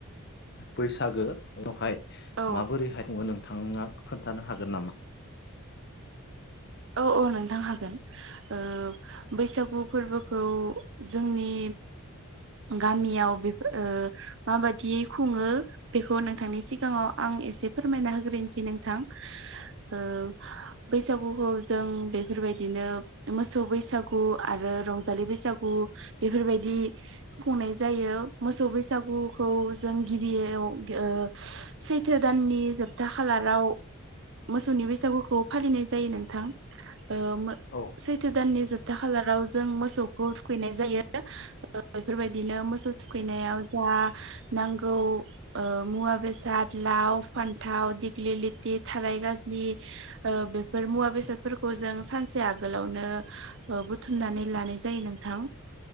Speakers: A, on the left (about 50°); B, on the right (about 55°).
A: बैसागो उनावहाय
B: औ
A: माबोरैहायो खुङो नोंथाङा खोन्थानो हागोन नामा?
B: औ औ नोंथां हागोन ओ बैसागु फोरबोखौ जोंनि गामियाव बेफोर ओ माबादियै खुङो बेखौ नोंथांनि सिगाङाव आं एसे फोरमायना होग्रोनोसै नोंथां ओ बैसागुखौ जों बेफोरबायदिनो मोसौ बैसागु आरो रंजालि बैसागु बेफोरबायदि खुंनाय जायो मोसौ बैसागुखौ जों गिबियाव ओ सैथो दाननि जोब था खालाराव मोसौनि बैसागुखौ फालिनाय जायो नोंथां ओ मो
A: औ
B: सैथो दाननि जोब <unintelligible> खालाराव जों मोसौखौ थुखैनाय जायो बेफोरबायदिनो मोसौ थुखैनायाव बा नांगौ ओ मुवा बेसाद लाव फान्थाव दिग्लि लिथि थाराय गाज्लि ओ बेफोर मुवा बेसाद फोरखौ जों सानसे आगोलावनो बुथुमनानै लानाय जायो नोंथां